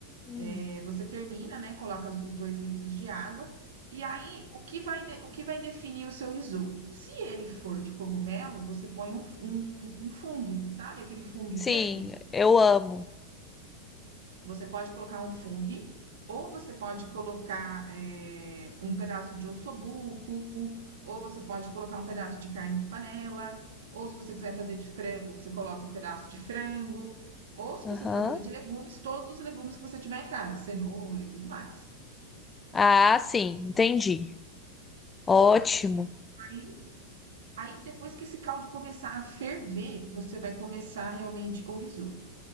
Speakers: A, on the left; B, on the right.
A: Hum.
B: É, você termina, né? Coloca os os dois litros de água. E aí, o que vai, de- o que vai definir o seu risoto? Se ele for de cogumelo, você põe um, fu- um, um fungo, sabe? Aquele fungo
A: Sim,
B: seco.
A: eu amo.
B: Você pode colocar um fungo, ou você pode colocar é, um pedaço de ossobuco, ou você pode colocar um pedaço de carne de panela, ou se você quiser fazer de frango, você coloca um pedaço de frango, ou se
A: Aham.
B: você for fazer de legumes, todos os legumes que você tiver em casa, cenoura e tudo mais.
A: Ah, sim,
B: Tá,
A: entendi. Ótimo.
B: beleza. Aí aí depois que esse caldo começar a ferver, você vai começar realmente o risoto.